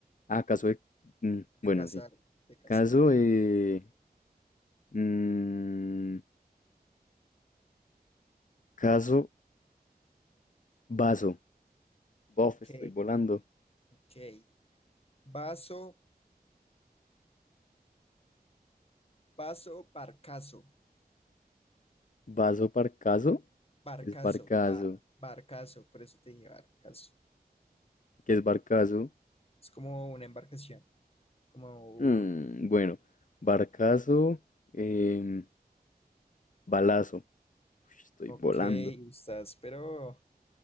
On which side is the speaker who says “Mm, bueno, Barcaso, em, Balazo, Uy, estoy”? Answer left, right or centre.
Left